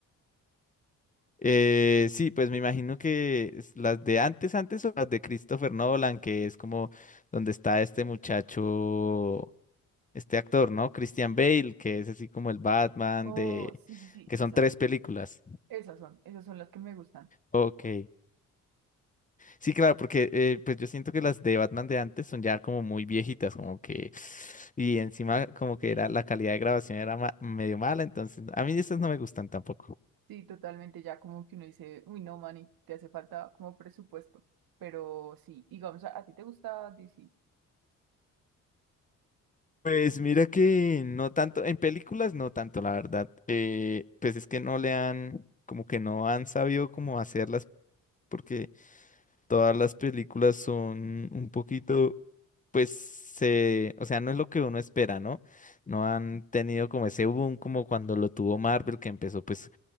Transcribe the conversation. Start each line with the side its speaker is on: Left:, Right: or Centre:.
Left: Eh, sí, pues me imagino que es las de antes, antes o las de Christopher Nolan, que es como donde está este muchacho, este actor, ¿no? Christian Bale, que es así como el Batman
Right: Oh,
Left: de...
Right: sí, sí, sí,
Left: que son
Right: esas.
Left: tres películas.
Right: Esas son, esas son las que me gustan.
Left: Ok. Sí, claro, porque eh, pues yo siento que las de Batman de antes son ya como muy viejitas, como que... Y encima como que
Right: Sí,
Left: era la calidad de grabación era ma- medio mala, entonces a mí esas no me gustan tampoco.
Right: Sí, totalmente, ya como que uno dice, uy, no, manny te hace falta como presupuesto. Pero sí, digamos, ¿a, a ti te gusta DC?
Left: Pues mira que no tanto, en películas no tanto, la verdad. Eh, pues es que no le han, como que no han sabido cómo hacerlas, porque todas las películas son un poquito, pues se, o sea, no es lo que uno espera, ¿no? No han tenido
Right: sí,
Left: como ese boom como cuando lo tuvo Marvel, que empezó pues